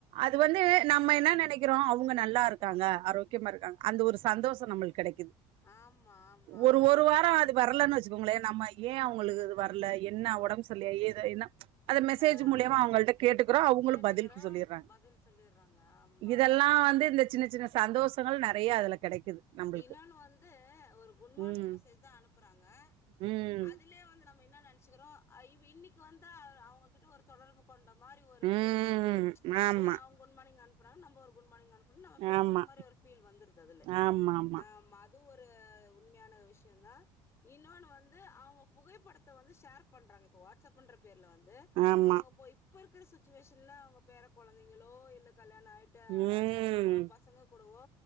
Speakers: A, on the right; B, on the left.
A: அது வந்து நம்ம என்ன நெனைக் கிறோம் அவங்க நல்லா இருக்காங்க ஆரோக்கியமா இருக்காங்க அந்த ஒரு சந்தோஷம் நம்மளுக்கு கெடைக்குது
B: ஆமா ஆமா
A: ஒரு
B: அஹ்
A: ஒரு
B: அஹ்
A: வாரம் அது வரலனு வச்சிக் கோங்களேன் நம்ம ஏ அவங்களுக்கு இது வரல என்ன உடம்பு சரில்லயா ஏது என்ன ச் அந்த மெசேஜ்
B: ஆ ஆ
A: மூல்யமா அவங்கள்ட கேட்டு றோ அவங்களும்
B: கேட்டுக்கறோ
A: பதிலுக்கு சொல்லிர்றாங்க
B: பதில் சொல்லிர்றாங்க ஆமா
A: இதெல்லா வந்து இந்த சின்ன சின்ன சந்தோஷம் கள் நிறையா அதுல கெடைக்குது நம்மளுக்கு
B: இனொன்னு வந்து ஒரு குட் மார்னிங்
A: ம்
B: மெசேஜ் தா அனுப்புறாங்க
A: ம்
B: அதுலயே வந்து நம்ம என்ன நெனச்சுக்கிறோம் இன்னைக்கு வந்து அவங்ககிட்ட ஒரு தொடர்பு கொண் ட மாரி ஒரு
A: ம்
B: பீலிங் இருக்குது ச்
A: ஆமா
B: ஒரு அவங்க குட் மாணிங் அனுப்ப னா நம் ஒரு குட் மானிங் அனுப் நம்ம பேசன
A: ஆமா
B: மாதிரி ஒரு ஃபீல் வந்துருது அதுலே
A: ஆமா ஆமா
B: ஆ மது ஒரு <unintelligible> உண்மையான விஷயதா இன்னொன்னு வந் இது அவுங் இப் புகைப்படத்த வந்து ஷேர் பண்றாங்க இப்ப வாட்ஸ்அப் பண்றத் பேர்ல வந்து
A: ஆமா
B: அவுங்க போய் இப்பருக்கு இருக்கிற சுச்சுவேஷன்ல அவுங்க பேர குழந்தைங்களோ யில்ல கல்யாணோ ஆயிட்டா
A: ம்
B: ஹஸ்பண்ட் கூடவோ பசங்க கூடவோ